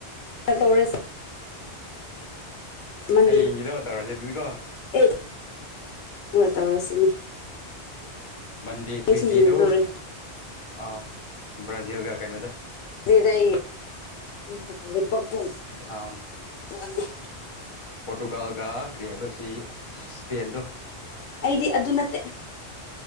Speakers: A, on the left; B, on the left.
A: ꯇꯧꯔꯁꯤꯦ <inaudible> ꯃꯟꯗꯦꯗ
B: ꯍꯌꯦꯡꯒꯤꯗꯣ ꯇꯧꯔꯁꯦ ꯑꯗꯨꯗꯤꯀꯣ
A: ꯑꯦ ꯍꯣꯏ ꯇꯧꯔꯁꯤꯅꯦ
B: ꯃꯟꯗꯦ
A: ꯑꯩꯁꯨ
B: ꯇ꯭ꯌꯨꯁꯗꯦꯗꯣ
A: ꯌꯦꯡꯗꯧꯔꯦ
B: ꯑꯥ ꯕ꯭ꯔꯥꯖꯤꯜ ꯒ ꯀꯩꯅꯣꯗ
A: ꯂꯩꯔ ꯑꯩ ꯊꯣꯛꯀꯜꯂꯤ ꯄꯊꯣꯡ
B: ꯑꯥ
A: <unintelligible>
B: ꯄꯣꯔꯇꯨꯒꯥꯜꯒ ꯀꯔꯤ ꯍꯥꯏꯕꯁꯤ ꯑꯁ ꯏꯁꯄꯦꯟꯗꯣ
A: ꯑꯩꯗꯤ ꯑꯗꯨ ꯅꯠꯇꯦ